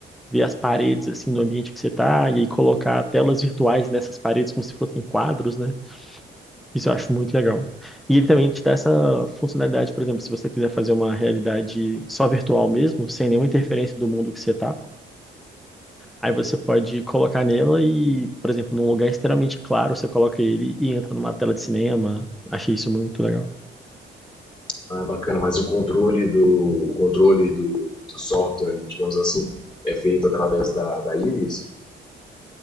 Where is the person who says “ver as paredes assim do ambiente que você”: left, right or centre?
Centre